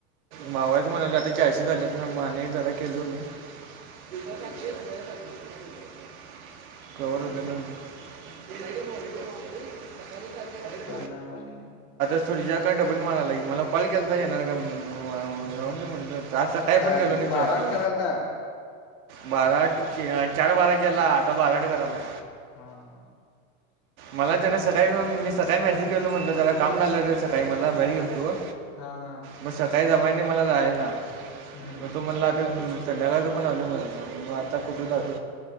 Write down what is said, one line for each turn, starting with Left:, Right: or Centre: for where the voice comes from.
Right: मावायच म्हणालोय. आता कॅशी झाल्यात ना माने <unintelligible>
Left: बघू
Right: <unintelligible> <unintelligible>
Left: नावल
Right: सुरजा का डबल मारालाये मला कॉल केलता येणार का म्हणून. हो
Left: हम्म
Right: जाऊ दे म्हणल सकाळी
Left: काय
Right: पण गेलो नाही
Left: बारा
Right: त्याकड.
Left: आठ करायलता
Right: बाराआट चार बारा केला आता बाराआट करालाय.
Left: हा हा
Right: मला त्यान
Left: परत
Right: सकाळी म काय मेसेज गेल म्हटलं जरा काम लागलं रे सकाळी मला बाहेर गेल तो
Left: हा हा
Right: म सकाळी जमाय मला जायचा,
Left: हम्म
Right: मग तू म्हणला आता संध्याकाळी पण आलो म्हणला म आता कुठ जा